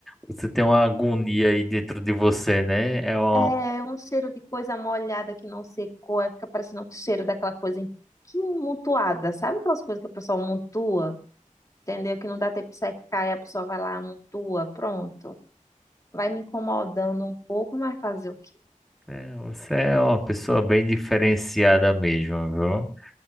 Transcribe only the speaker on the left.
É um cheiro de coisa molhada que não secou, aí fica parecendo o cheiro daquela coisa em- que amontoada, sabe aquelas coisas que a pessoa amontoa, entendeu? Que não dá tempo de secar e a pessoa vai lá, amontoa, pronto. Vai me incomodando um pouco, mas fazer o quê?